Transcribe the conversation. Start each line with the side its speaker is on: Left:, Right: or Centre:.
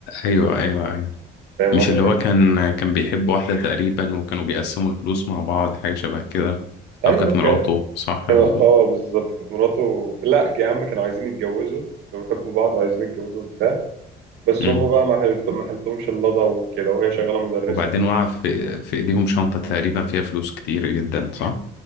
Left: ايوه
Right: بس
Left: ايوه ايوه
Right: فاهم
Left: مش
Right: قصدي؟
Left: اللي هو كان كان بيحب واحده تقريبا وكانوا بيقسموا الفلوس مع بعض حاجه شبه كده
Right: ايوه
Left: او كانت مراته
Right: كان
Left: صح
Right: كان
Left: برضو
Right: اه بالظبط كانت مراته لا يا عم كانوا عايزين يتجوزوا كانوا بيحبوا بعض وعايزين يتجوزوا وبتاع بس
Left: امم
Right: هم بقى ما حل- ما حلتهمش اللضا وكده وهي شغاله مدرسه
Left: وبعدين وقع في في ايديهم شنطه تقريبا فيها فلوس كتير جدا صح؟